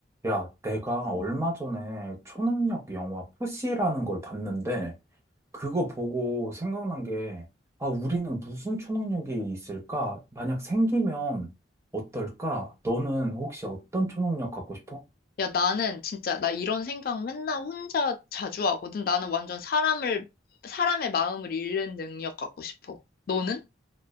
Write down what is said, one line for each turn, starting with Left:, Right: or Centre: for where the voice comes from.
Right: 야, 내가 얼마 전에 초능력 영화 푸시라는 걸 봤는데, 그거 보고 생각난 게, 아, 우리는 무슨 초능력이 있을까? 만약 생기면 어떨까? 너는 혹시 어떤 초능력 갖고 싶어?
Left: 야, 나는 진짜, 나 이런 생각 맨날 혼자 자주 하거든. 나는 완전 사람을, 사람의 마음을 읽는 능력 갖고 싶어. 너는?